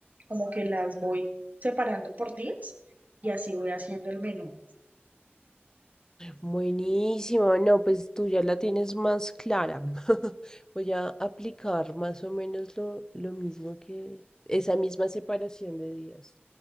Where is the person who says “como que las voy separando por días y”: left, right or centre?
Right